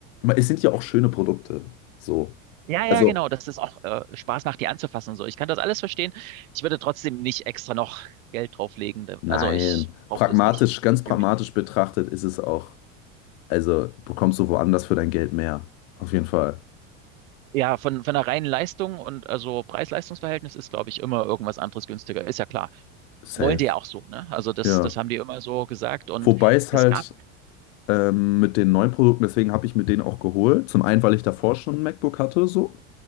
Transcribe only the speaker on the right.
Ja,
ja, genau, dass es auch äh, Spaß macht, die anzufassen und so. Ich kann das alles verstehen. Ich würde trotzdem nicht extra noch Geld drauflegen. Da-
Also ich brauche
das nicht
für, für
mich.
Ja, von, von der reinen Leistung und also Preis-Leistungs-Verhältnis ist, glaube ich, immer irgendwas anderes günstiger. Ist ja klar.
Wollen die ja auch so, ne? Also das,
das haben die immer so gesagt und
es
gab.